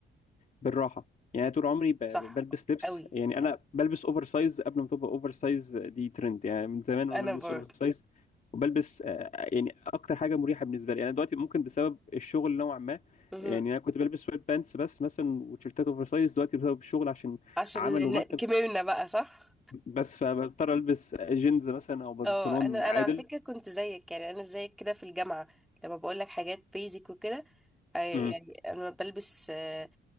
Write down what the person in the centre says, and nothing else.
صح
قوي
انا
برضه
مهم.
عشان
ن- كبرنا بقى صح
اه انا
انا على فكره كنت زيك يعني انا زيك كده في الجامعه لما بقول لك حاجات بيزك وكده آه، يعني
انا بلبس آه،